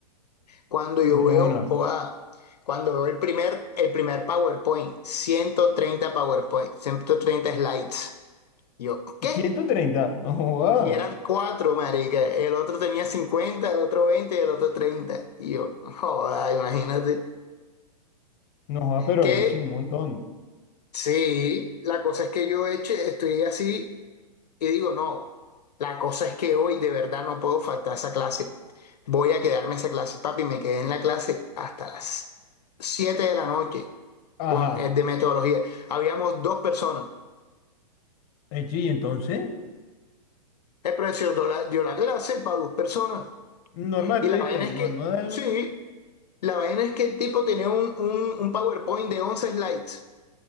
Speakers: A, on the left; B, on the left.
A: cuando yo
B: De
A: veo,
B: una.
A: joda, cuando veo el primer, el primer PowerPoint, 130 PowerPoint, 130 slides. Yo, ¿qué?
B: ciento treinta No joda.
A: Y eran cuatro, marica. El otro tenía cincuenta el otro 20 y el otro treinta Y yo, joda, imagínate.
B: No joda, pero
A: ¿Qué?
B: he hecho un montón.
A: Sí, la cosa es que yo eche, estoy así y digo, no, la cosa es que hoy de verdad no puedo faltar a esa clase. Voy a quedarme en esa clase, papi, me quedé en la clase hasta las siete de la noche con
B: Ajá.
A: el de metodología. Habíamos dos personas.
B: Hecho, y entonces.
A: El profesor dio la, dio la clase para dos personas.
B: Normal,
A: Y
B: tú
A: la
B: dijiste,
A: vaina es
B: normal.
A: que, sí, la vaina es que el tipo tenía un, un, un PowerPoint de 11 slides